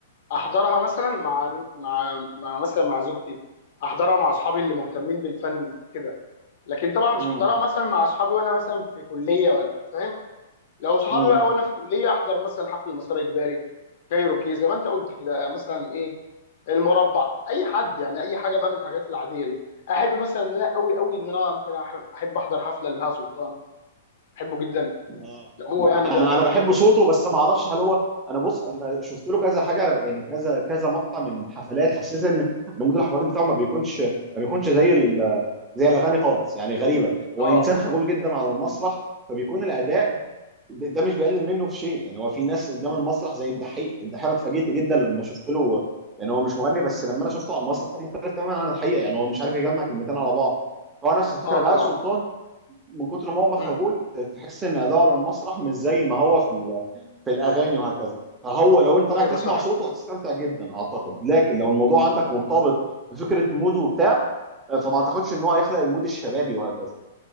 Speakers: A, on the left (about 50°); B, on the right (about 15°).
A: احضرها مثلا مع مع مع مثلا مع زوجتي احضرها مع اصحابي اللي مهتمين بالفن كده لكن طبعا
B: مم.
A: مش احضرها مثلا مع اصحابي وانا مثلا في كليه ولا فاهم لو صحابي
B: مم.
A: بقى وانا في كليه احضر مثلا حفل مسار اجباري كايروكي زي ما انت قلت كده مثلا ايه المربع اي حد يعني اي حاجه بقى من الحاجات العاديه دي احب مثلا ان انا قوي قوي ان انا ممكن أح- احب احضر حفله لبهاء سلطان احبه جدا
B: اه
A: لو هو
B: انا
A: يعني بيعمل حفلات
B: انا بحب صوته بس ما اعرفش هل هو انا بص انا شفت له كذا حاجه يعني كذا كذا مقطع من حفلات حسيت ان نموذج الحفلات بتاعه ما بيكونش ما بيكونش زي ال... زي الاغاني خالص يعني غريبه هو
A: اه
B: انسان خجول جدا على المسرح فبيكون الاداء ده ده مش بيقلل منه في شيء يعني هو في ناس قدام المسرح زي الدحيح الدحيح انا اتفاجئت جدا لما شفت له يعني هو مش مغني بس لما انا شفته على المسرح كان مختلف تماما عن الحقيقه يعني هو مش عارف يجمع كلمتين على بعض هو نفس الفكره
A: اه
B: بقى
A: طبعا
B: سلطان من كتر ما هو مخجول
A: امم
B: ت- تحس ان اداؤه على المسرح مش زي ما هو في ال- في الاغاني وهكذا فهو لو انت رايح
A: ايوه
B: تسمع
A: صح
B: صوته هتستمتع جدا اعتقد لكن لو الموضوع عندك مرتبط بفكره مود وبتاع آه، فما اعتقدش ان هو هيخلق المود الشبابي وهكذا